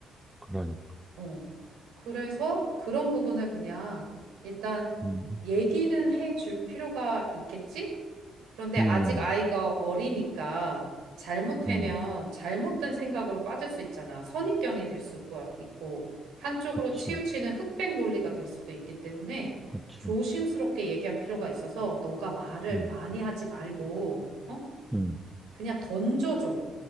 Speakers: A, in the centre; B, on the right.
A: 그러니까.
B: 어. 그래서 그런 부분을 그냥 일단
A: 음,
B: 얘기는 해줄 필요가 있겠지? 그런데 아직
A: 음,
B: 아이가 어리니까 잘못되면
A: 음,
B: 잘못된 생각으로 빠질 수 있잖아. 선입견이 될 수가 있고, 한쪽으로
A: 그치.
B: 치우치는 흑백 논리가 될 수도 있기 때문에
A: 그치.
B: 조심스럽게 얘기할 필요가 있어서 너가 말을
A: 음,
B: 많이 하지 말고, 어?
A: 음,
B: 그냥 던져줘.